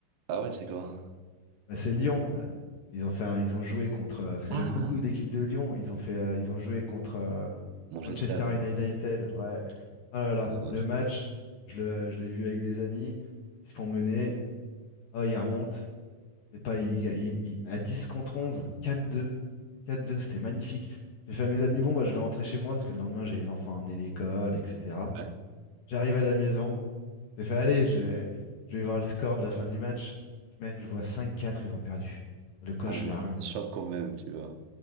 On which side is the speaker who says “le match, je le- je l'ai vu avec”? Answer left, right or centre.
Left